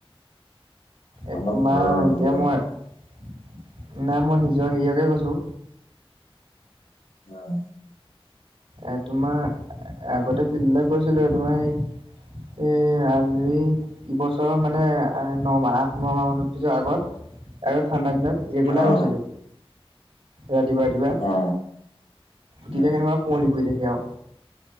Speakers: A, on the right; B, on the left.
A: এই
B: অলপ
A: তোমাৰ
B: হৰৰ
A: এতিয়া
B: হৰৰ
A: মই নাই, মই নিজৰ হেৰিয়কে কৈছোঁ।
B: উম।
A: এ' তোমাৰ আগতে ফিল্ডলৈ গৈছিলো তোমাৰ সেই- এ' আজি- এইবছৰৰ মানে ন মাহ, আঠ, ন মাহৰ পিছত আগত আৰু ঠাণ্ডা দিনত- ৰেগুলাৰ
B: অ
A: গৈছিলো ৰাতিপুৱা-ৰাতিপুৱা।
B: অ
A: তেতিয়া
B: অ
A: কেনেকুৱা- গৈ থাকো আৰু।